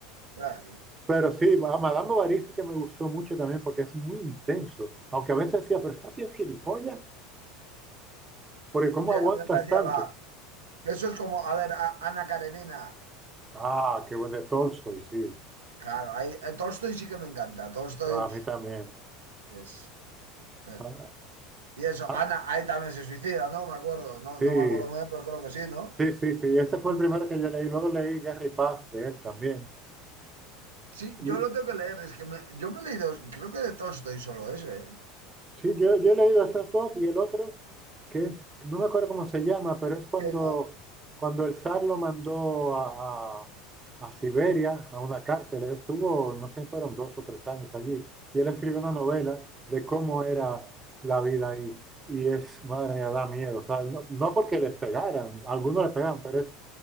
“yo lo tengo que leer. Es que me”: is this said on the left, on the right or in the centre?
Right